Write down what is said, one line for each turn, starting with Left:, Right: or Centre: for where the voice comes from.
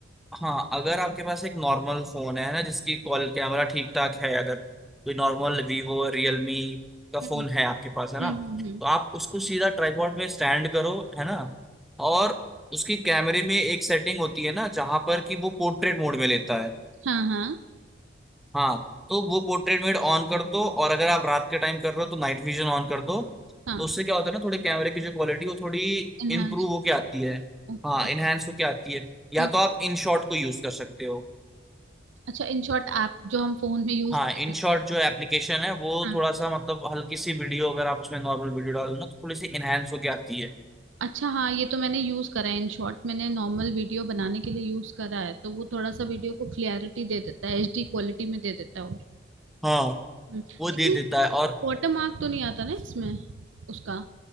Centre: हाँ अगर आपके पास एक नॉर्मल फोन है ना जिसकी कॉल कैमरा ठीक ठाक है अगर कोई नॉर्मल वीवो रियलमी का फोन
Right: हम्म
Centre: है आपके पास है ना
Right: हम्म हम्म हम्म।
Centre: तो आप उसको सीधा ट्राइपॉड में स्टैंड करो है ना और उसकी कैमरे में एक सेटिंग होती है ना जहां पर कि वो पोर्ट्रेट मोड में लेता है
Right: हाँ हाँ
Centre: हाँ तो वो पोर्ट्रेट मोड ऑन कर दो और अगर आप रात के टाइम कर रहे हो तो नाइट विजन ऑन कर दो
Right: हाँ
Centre: तो उससे क्या होता है ना थोड़ी कैमरे की जो क्वालिटी वो थोड़ी
Right: इनहाउस
Centre: इम्प्रूव होके आती है
Right: ओके
Centre: हाँ इनहेंस होके आती है या
Right: हम्म
Centre: तो आप इन शॉट को यूज कर सकते हो
Right: अच्छा इन शॉर्ट ऐप जो हम फोन में यूज
Centre: हाँ
Right: कर
Centre: इन
Right: लेते
Centre: शॉर्ट
Right: हैं
Centre: जो एप्लीकेशन है वो
Right: हाँ
Centre: थोड़ा सा मतलब हल्की सी वीडियो अगर आप उसमें नॉर्मल वीडियो डालो ना तो थोड़ी सी इनहेंस होके आती है
Right: अच्छा हाँ ये तो मैंने यूज करा है इन शॉर्ट मैंने नॉर्मल वीडियो बनाने के लिए यूज करा है तो वो थोड़ा सा वीडियो को क्लियरिटी दे देता है एचडी क्वालिटी में दे देता है और
Centre: हाँ
Right: हम्म,
Centre: वो
Right: लेकिन
Centre: दे देता है और
Right: वाटर मार्क तो नहीं आता ना इसमें उसका